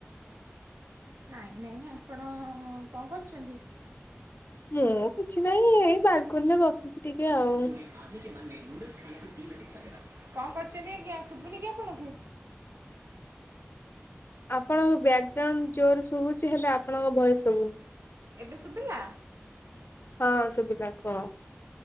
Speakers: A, on the right (about 80°); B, on the left (about 55°).
A: ନାଇଁ ନାଇଁ ଆପଣ କଣ କରୁଛନ୍ତି?
B: ମୁଁ କିଛି ନହିଁ ଏଇ ବାଲକୁନିରେ ବସିଛି ଟିକେ ଆଉ।
A: <inaudible> କଣ କରଛନ୍ତି ଆଞା, ଶୁଭୁନି କି ଆପଣଙ୍କୁ?
B: ଆପଣଙ୍କ ବ୍ୟାକଗ୍ରାଉଣ୍ଡ ଜୋର ଶୁଭୁଛି ହେଲେ ଆପଣଙ୍କ ଭୟସ ସୁବୁ
A: ଏବେ ଶୁଭିଲା।
B: ହଁ ସୁବିଲା କୁହ।